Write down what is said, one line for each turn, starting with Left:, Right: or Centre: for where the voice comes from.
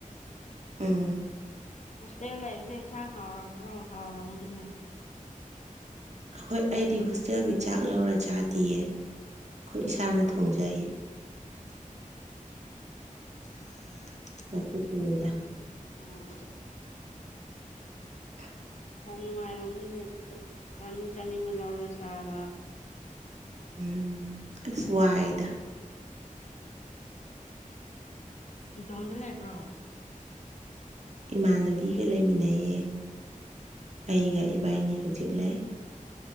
Right: ꯎꯝ꯫
Left: ꯍꯣꯁꯇꯦꯜ ꯂꯩꯕꯁꯦ ꯏꯟꯁꯥꯡ ꯍꯥꯎꯔꯝꯕ꯭ꯔꯣ ꯍꯥꯎꯔꯝꯒꯅꯤꯅꯦ꯫
Right: ꯑꯩꯈꯣꯏ ꯑꯩꯗꯤ ꯍꯣꯁꯇꯦꯜꯒꯤ ꯆꯥꯛ ꯂꯧꯔ ꯆꯥꯗꯤꯌꯦ ꯑꯩꯈꯣꯏ ꯏꯁꯥꯅ ꯊꯣꯡꯖꯩ꯫
Left: ꯍ <inaudible> ꯎꯝ <inaudible>
Right: ꯄꯀꯣ ꯀꯣꯡꯗ꯫
Left: ꯎꯝ꯫
Right: <inaudible>
Left: ꯌꯥꯝ ꯅꯨꯡꯉꯥꯏꯔꯝꯅꯤꯅꯦ ꯑꯗꯨ ꯆꯥꯅꯤꯡ ꯆꯥꯅꯤꯡꯕ ꯂꯧꯔ ꯆꯥꯕ꯫
Right: ꯎꯝ ꯑꯁ ꯋꯥꯏꯗ꯫
Left: ꯏꯇꯣꯝꯗ ꯂꯩꯕ꯭ꯔꯣ꯫
Right: ꯏꯃꯥꯟꯅꯕꯤꯒ ꯂꯩꯃꯤꯟꯅꯩꯌꯦ ꯑꯩꯒ ꯏꯕꯥꯟꯅꯤ ꯍꯧꯖꯤꯛ ꯂꯩ꯫